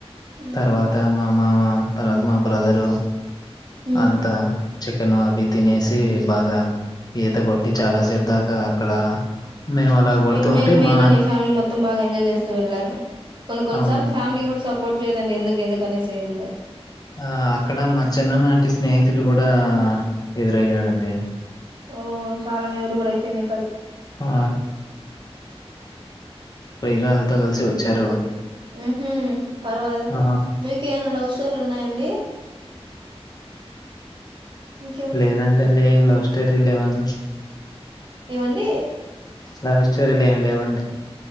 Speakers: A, on the right; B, on the left.
A: ఉమ్
B: తర్వాత మా మామ తర్వాత మా బ్రదరు
A: ఉమ్
B: అంతా చికెన్ అవి తినేసి బాగా ఈత కొట్టి చాలా సేపు దాకా అక్కడ మేము అలా కొడుతూ
A: మీరు మే
B: ఉంటే
A: మేలుని
B: మా
A: ఫ్యామిలీ మొత్తం బాగా ఎంజాయ్ చేస్తూ వెళ్లారు కొన్ని కొన్నిసార్లు
B: అవునండి.
A: ఫ్యామిలీ కూడా సపో సపోర్ట్ చేయదండి ఎందుకు ఎందుకునేసి ఏదో
B: ఆ అక్కడ మా చిన్ననాటి స్నేహితుడు కూడా ఎదురయ్యాడండి.
A: ఓ చాలా మేమరబుల్ అయితే మీకు అది
B: ఆ! పోయిరా అంత కలిసి వచ్చారు.
A: హ్మ్ హు పర్వాలేదయితే
B: ఆ!
A: మీకు ఏమన లవ్ స్టో టోర్లు ఉన్నాయండి మీకేమ
B: లేదండి లే లవ్ స్టోరీలు లేవండి
A: ఏమండి
B: లవ్ స్టోరీలు ఏం లేవండి